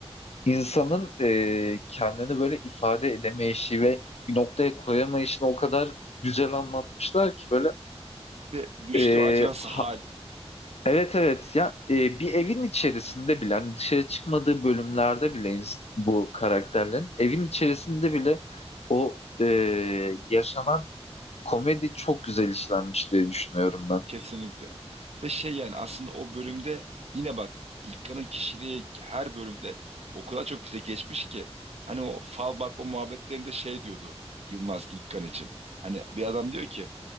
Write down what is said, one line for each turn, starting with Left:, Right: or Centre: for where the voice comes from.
Left: insanın e, kendini böyle ifade edemeyişi ve bir noktaya koyamayışını o kadar güzel anlatmışlar ki böyle
Right: Ve düştüğü
Left: e,
Right: acınası
Left: ha-
Right: hal
Left: evet evet ya e, bir evin içerisinde bile hani dışarı çıkmadığı bölümlerde bile ins- bu karakterlerin evin içerisinde bile o e, yaşanan komedi çok güzel işlenmiş diye düşünüyorum ben.
Right: kesinlikle. Ve şey yani aslında o bölümde yine bak İlkan'ın kişiliği her bölümde o kadar çok bize geçmiş ki. Hani o fal bakma muhabbetlerinde şey diyordu Yılmaz İlkan için. Hani bir adam diyor ki